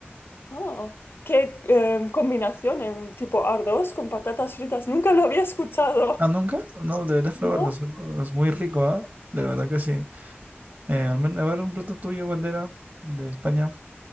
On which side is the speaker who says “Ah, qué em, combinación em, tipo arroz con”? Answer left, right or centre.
Left